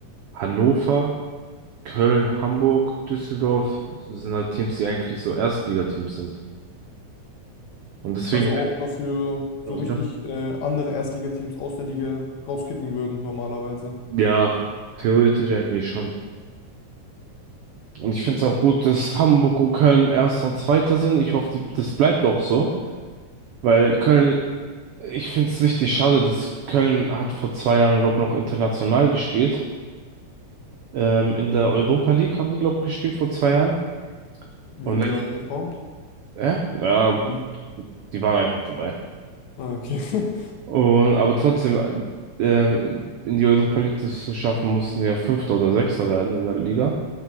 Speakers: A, on the right (about 80°); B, on the left (about 70°).
A: Hannover, Köln, Hamburg, Düsseldorf sind halt Teams, die eigentlich so Erstligateams sind. Und deswegen,
B: Also auch dafür
A: ja,
B: so richtig äh, andere Erstligateams aus der Liga rauskicken würden, normalerweise.
A: Ja, theoretisch eigentlich schon. Und ich finde
B: Und
A: es auch gut, dass Hamburg und Köln Erster und Zweiter sind. Ich hoffe, die, das bleibt auch so, weil Köln, ich finde es richtig schade, dass Köln hat vor zwei Jahren, glaube ich, noch international gespielt. Ähm, in der Europa League haben die, glaube ich, gespielt vor zwei Jahren.
B: Wie
A: Und
B: haben
A: letztes,
B: die da performt?
A: äh, ja,
B: Ja.
A: die waren einfach dabei.
B: Ah, okay. <laughs>
A: Und, aber trotzdem, ähm, in die Europa League das zu schaffen, mussten ja Fünfter oder Sechster werden in der Liga.